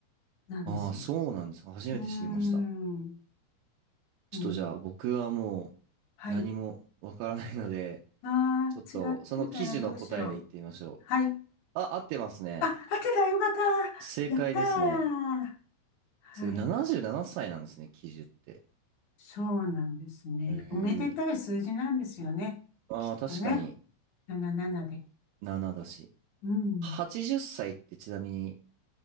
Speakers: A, on the left; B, on the right.
A: なんですよ。
B: ああー、そうなんですか。初めて知りました。
A: うーん。
B: ちょっとじゃあ僕はもう
A: うん。はい。
B: 何もわからないので、
A: ああ、
B: ちょっとその記事の答えで言ってみましょう。
A: 違ってたらどうしよう。はい。
B: あ、合ってますね。
A: あ、合ってた。よかった。
B: 正解ですね。
A: やったー。はい。
B: すごい77歳ななさいなんですね、記事って。
A: そうなんですね。
B: ええ
A: おめでたい数字なんですよね。
B: ああ確かに
A: きっとね。77で。
B: 7だし。
A: うん。
B: 80歳っさいってちなみに